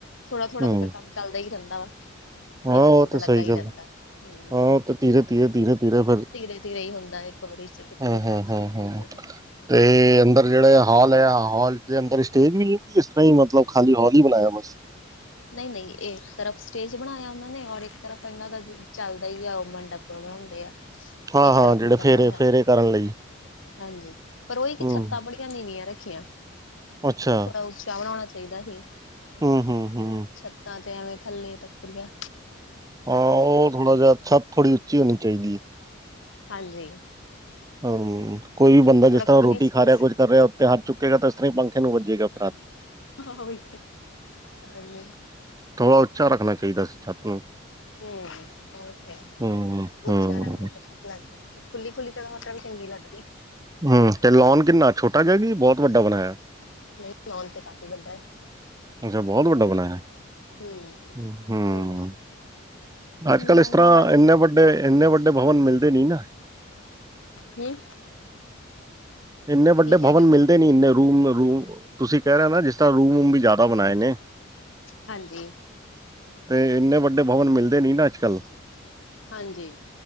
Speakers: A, on the left (about 70°); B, on the right (about 20°).
A: ਥੋੜਾ-ਥੋੜਾ
B: ਹੂੰ,
A: ਤੇ ਫੇਰ ਕੰਮ ਚੱਲਦਾ ਈ ਰਹਿੰਦਾ ਵਾ। ਇਹ
B: ਹਾਂ
A: ਸਭ
B: ਉਹ
A: 'ਚ ਤਾਂ
B: ਤੇ
A: ਲੱਗਾ
B: ਸਹੀ
A: ਈ
B: ਗੱਲ
A: ਰਹਿੰਦਾ,
B: ਐ।
A: ਹੂੰ।
B: ਹਾਂ ਉਹ ਤੇ ਧੀਰੇ-ਧੀਰੇ, ਧੀਰੇ-ਧੀਰੇ ਫਿਰ
A: ਧੀਰੇ-ਧੀਰੇ ਈ ਹੁੰਦਾ ਇੱਕ ਵਾਰੀ 'ਚ ਉਹਦੇ
B: ਹਾਂ, ਹਾਂ,
A: ਘਰ 'ਚ
B: ਹਾਂ, ਹਾਂ
A: <unintelligible>
B: ਤੇ ਅੰਦਰ ਜਿਹੜੇ ਹੌਲ ਐ, ਹੌਲ ਦੇ ਅੰਦਰ ਸਟੇਜ ਵੀ ਏ। ਕੀ ਇਸ ਤਰ੍ਹਾਂ ਈ ਮਤਲਬ ਖਾਲੀ ਹੌਲ ਈ ਬਣਾਇਆ ਬਸ।
A: ਨਹੀਂ-ਨਹੀਂ ਇੱਕ ਤਰਫ਼ ਸਟੇਜ ਬਣਾਇਆ, ਉਹਨਾਂ ਨੇ। ਔਰ ਇੱਕ ਤਰਫ਼ ਇਹਨਾਂ ਦਾ ਚੱਲਦਾ ਈ ਆ, ਉਹ ਮੰਡਪ। ਪ੍ਰੋਗਰਾਮ ਹੁੰਦੇ ਆ।
B: ਹਾਂ-ਹਾਂ,
A: ਇੱਕ ਤਰਫ
B: ਜਿਹੜੇ
A: ਮੰਡਪ
B: ਫੇਰੇ-ਫੇਰੇ
A: ਬਣਿਆ
B: ਕਰਨ ਲਈ।
A: ਹਾਂਜੀ। ਪਰ ਉਹ ਇੱਕ
B: ਹੂੰ,
A: ਛੱਤਾਂ ਬੜੀਆਂ ਨੀਵੀਆਂ ਰੱਖੀਆਂ।
B: ਅੱਛਾ,
A: ਥੋੜ੍ਹਾ ਉੱਚਾ ਬਣਾਉਣਾ ਚਾਹੀਦਾ ਹੀ।
B: ਹੂੰ, ਹੂੰ, ਹੂੰ।
A: ਛੱਤਾਂ ਤੇ ਐਵੇਂ ਥੱਲੇ ਤੱਕਰ ਈ ਆ।
B: ਹਾਂ, ਉਹ ਥੋੜਾ ਜਿਹਾ, ਛੱਤ ਥੋੜੀ ਉੱਚੀ ਹੋਣੀ ਚਾਹੀਦੀ ਏ।
A: ਹਾਂਜੀ।
B: ਹੂੰ, ਕੋਈ
A: ਤੇ
B: ਵੀ ਬੰਦਾ
A: ਥੋੜਾ
B: ਜਿਸ ਤਰ੍ਹਾਂ
A: ਖੁੱਲੀ
B: ਰੋਟੀ
A: ਸਪੇਸ
B: ਖਾ ਰਿਹਾ, ਕੁੱਝ ਕਰ ਰਿਹਾ। ਉੱਤੇ ਹੱਥ ਚੁੱਕੇਗਾ ਤਾਂ ਇਸ ਤਰ੍ਹਾਂ ਹੀ ਪੰਖੇ ਨੂੰ ਵੱਜੇਗਾ ਫੇਹਾ।
A: ਹੋ ਇਥੇ ਤਾਂ ਨਹੀਂ।
B: ਥੋੜ੍ਹਾ ਉੱਚਾ ਰੱਖਣਾ ਚਾਹੀਦਾ ਸੀ ਛੱਤ ਨੂੰ।
A: ਹੂੰ, ਓਕੇ।
B: ਹੂੰ,
A: ਵਿਚਾਰਿਆ
B: ਹੂੰ,
A: ਦੀਆਂ ਤੇ ਫਿਰ ਖੁਲਾ ਤਾ ਖੁੱਲੀ-ਖੁੱਲੀ ਚਲੋ ਓਤਰਾ ਵੀ ਚੰਗੀ ਲੱਗਦੀ।
B: ਹਾਂ ਤੇ ਲੋਨ ਕਿੰਨਾ ਛੋਟਾ ਜਿਹਾ, ਕੀ ਬਹੁਤ ਵੱਡਾ ਬਣਾਇਆ।
A: ਨਹੀਂ ਲੌਣ ਤੇ ਕਾਫ਼ੀ ਵੱਡਾ ਐ।
B: ਅੱਛਾ, ਬਹੁਤ ਵੱਡਾ ਬਣਾਇਆ ਏ,
A: ਹੂੰ
B: ਹੂੰ।
A: ਕਾਫੀ ਵੱਡਾ ਜ਼ਮੀਨਾਂ
B: ਅੱਜ-ਕੱਲ੍ਹ ਇਸ
A: ਉਹਨਾਂ
B: ਤਰ੍ਹਾਂ
A: ਵੱਲ
B: ਇੰਨੇ ਵੱਡੇ, ਇੰਨੇ ਵੱਡੇ ਭਵਨ ਮਿਲਦੇ ਨੀ ਨਾ।
A: ਹੂੰ।
B: ਇੰਨੇ ਵੱਡੇ
A: ਕੀ ਕਹਿ
B: ਭਵਨ
A: ਰਹੇ ਹੋ
B: ਮਿਲਦੇ ਨੀ। ਇੰਨੇ ਰੂਮ-ਰੂਮ, ਤੁਸੀਂ ਕਹਿ ਰਹੇ ਓ ਨਾ, ਜਿਸ ਤਰ੍ਹਾਂ ਰੂਮ-ਵੂਮ ਵੀ ਜ਼ਿਆਦਾ ਬਣਾਏ ਨੇ।
A: ਹਾਂਜੀ।
B: ਤੇ ਇੰਨੇ ਵੱਡੇ ਭਵਨ ਮਿਲਦੇ ਨੀ ਨਾ ਅੱਜ-ਕੱਲ੍ਹ।
A: ਹਾਂਜੀ,